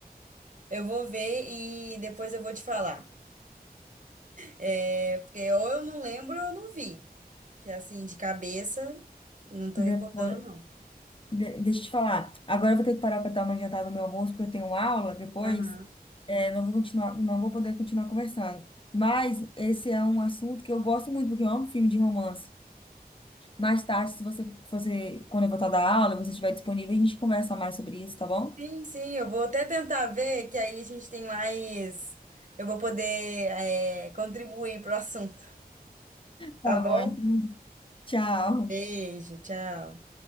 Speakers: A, on the right; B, on the left.
A: Eu vou ver e depois eu vou te falar. É, porque ou eu não lembro ou eu não vi. Que assim, de cabeça, não tô
B: Depois.
A: recordando, não.
B: De- deixa eu te falar. Agora eu vou ter que parar para dar uma adiantada no meu almoço, porque eu tenho aula depois.
A: Aham.
B: É, não vou continuar, não vou poder continuar conversando. Mas esse é um assunto que eu gosto muito, porque eu amo filme de romance. Mais tarde, se você, se você, quando eu voltar da aula, você estiver disponível, a gente conversa mais sobre isso, tá bom?
A: Sim, sim, eu vou até tentar ver, que aí a gente tem mais. Eu vou poder, é, contribuir pro assunto,
B: Tá
A: tá Tá bom?
B: bom, então. Tchau.
A: Beijo, tchau.